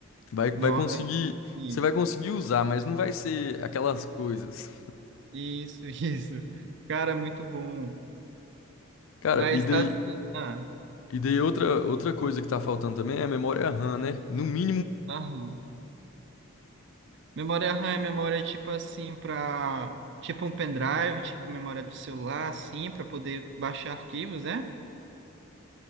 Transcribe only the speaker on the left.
Vai,
vai conseguir,
você vai conseguir usar, mas não vai ser aquelas coisas.
Cara,
e daí,
e daí outra, outra coisa que tá faltando também é a memória RAM, né? No mínimo,